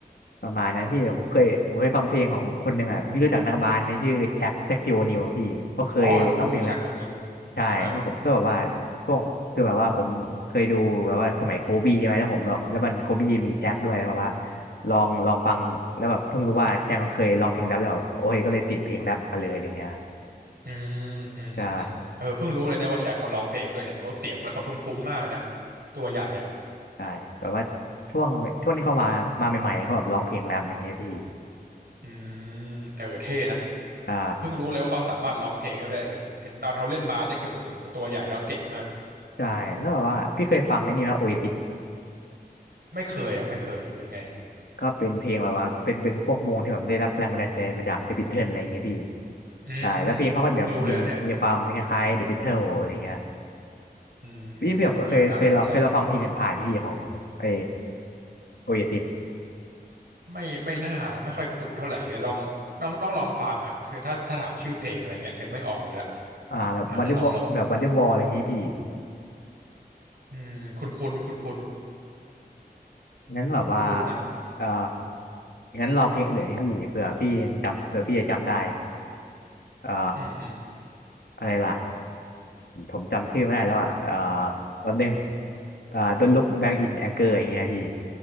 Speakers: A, on the left; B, on the right.
A: ประมาณนั้นพี่ผมเคยผมเคยฟังเพลงของคนหนึ่งอ่ะพี่รู้จักนักบาสไหมชื่อแจ็คแจ็คคิวนิวพี่เขาเคยร้องเพลงแล้ว
B: อ๋อรู้รู้ชักโอนิว
A: ใช่ก็ก็แบบว่าช่วงคือแบบว่าผมเคยดูแบบว่าสมัยโคบีใช่ไหมแล้วผมแล้วมันโคบีมีแจ็คด้วยแล้วแบบว่า
B: อ่า
A: ลองลองฟังแล้วแบบเพิ่งรู้ว่าแจ็คมันเคยร้องเพลงแรปแล้วแบบโอ้ยก็เลยติดเพลงแรปมาเลยอะไรเงี้ย
B: อืมอืมอืมอืมเออเพิ่งรู้เลยเนี่ยว่าแชกเขาร้องเพลงด้วยเห็นเขาเสียงมันเขาทุ้มๆมากเลยนะ
A: ใช่
B: ตัวใหญ่อ่ะ
A: ใช่แบบว่าช่วงช่วงที่เขามามาใหม่ๆเขาแบบร้องเพลงแรปอะไรเงี้ยพี่
B: อืมเออเท่นะ
A: ใช่
B: เพิ่งรู้เลยว่าเขาสามารถร้องเพลงได้ด้วยเห็นเห็นตอนเขาเล่นบาสเนี่ยคือแบบโหตัวใหญ่แล้วเก่งมาก
A: ใช่แล้วแบบว่าพี่เคยฟังไอ้นี่ไหมโอเอซิ
B: ไม่เคยอ่ะไม่เคยเป็นไง
A: ก็เป็นเพลงแบบว่าเป็นเป็นพวกวงที่แบบได้รับแรงบันดาลใจมาจากเดอะบิทเทิลอะไรอย่างเงี้ยพี่
B: อืมผมเพิ่งรู้เลยนะเนี่ย
A: ใช่แล้วเพลงเขาก็แบบมีมีความคล้ายๆเดอะบิทเทิลอะไรเงี้ย
B: อืม
A: พี่แบบเคยเคยเราเคยเราฟังเพลงกันผ่านพี่ของไอ
B: เออน่าสนใจ
A: โอเอซิส
B: ไม่ไม่น่าไม่ค่อยคุ้นเท่าไหร่เลยลองต้องต้องลองฟังอ่ะคือถ้าถ้าถามชื่อเพลงอะไรเงี้ยนึกไม่ออกอยู่แล้ว
A: อ่าแบบวันเดอร์บอแบบวันเดอร์บอลอะไรอย่างงี้พี่
B: ต้องอาจจะต้องลองอืมคุ้นคุ้นคุ้นคุ้น
A: งั้นแบบว่า
B: คุ้นคุ้นๆนะ
A: เอ่างั้นลองเพลงอื่นให้พี่เผื่อพี่ยังจำเผื่อพี่จะจำได้เอ่า
B: อืมอืม
A: อะไรล่ะผมผมจำชื่อไม่ได้แล้วอ่ะเอ่อแป๊บนึงเอ่า Don't Look Back in Anger อย่างเงี้ยพี่